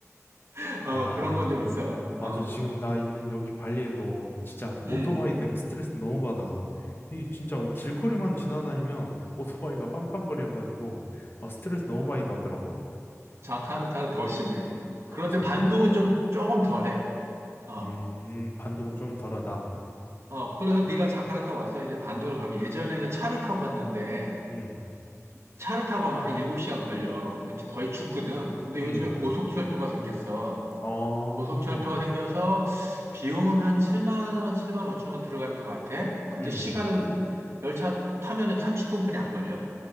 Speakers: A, on the right; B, on the left.
A: <laughs>
B: 아,
A: 어 그런 건 좀 있어.
B: 맞아.
A: 어.
B: 지금 나 있는 여기 발리에도 진짜 오토바이
A: 음.
B: 때문에 스트레스 너무 받아. 이 진짜 길거리만
A: 어,
B: 지나다니면 오토바이가 빵빵거려가지고 아, 스트레스 너무 많이 받더라고.
A: 자카르타는 더 심해.
B: 아,
A: 그런데
B: 자,
A: 반둥은 좀 조금 덜해. 어.
B: 음, 반동은 좀 덜하다.
A: 어. 그래서 네가 자카르타 와서 이제 반둥을 가면 예전에는 차를 타고 갔는데
B: 음,
A: 차를 타고 가면 한 7시간 걸려. 거의 죽거든. 근데
B: 음,
A: 요즘에 고속철도가 생겼어.
B: 어,
A: 고속철도가 생겨서 비용은 한 7만 원, 7만 5천 원 들어가는 것 같아. 근데
B: 음,
A: 시간은 열차 타면은 30분뿐이 안 걸려.